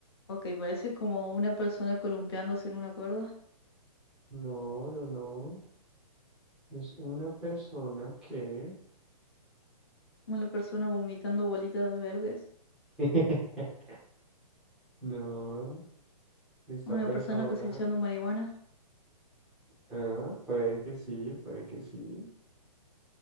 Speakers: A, on the left; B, in the centre.
A: Ok, parece como una persona columpiándose en una cuerda.
B: No, no, no. Es una persona que...
A: Una persona vomitando bolitas verdes.
B: <laughs> No, esta
A: Una
B: persona...
A: persona cosechando marihuana.
B: Ah, puede que sí, puede que sí.